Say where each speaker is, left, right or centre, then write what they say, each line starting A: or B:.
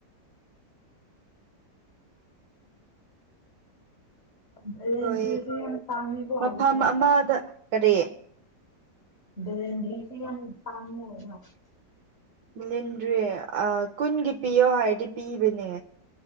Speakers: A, on the left; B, on the right.
A: ꯕꯦꯂꯦꯟꯗ꯭ꯔꯤꯁꯨ
B: ꯀꯣꯏ
A: ꯌꯥꯝ ꯇꯥꯡꯉꯦꯀꯣ
B: ꯃꯐꯝ
A: ꯍꯧꯖꯤꯛ ꯀꯥꯟ
B: ꯑꯃꯗ ꯀꯔꯤ
A: ꯕꯦꯂꯦꯟꯗ꯭ꯔꯤꯁꯨ ꯌꯥꯝ ꯇꯥꯡꯉꯦ ꯑꯣ
B: ꯕꯦꯂꯦꯟꯗ꯭ꯔꯤ ꯑꯥ ꯀꯨꯟꯒꯤ ꯄꯤꯌꯣ ꯍꯥꯏꯔꯗꯤ ꯄꯤꯕꯅꯦ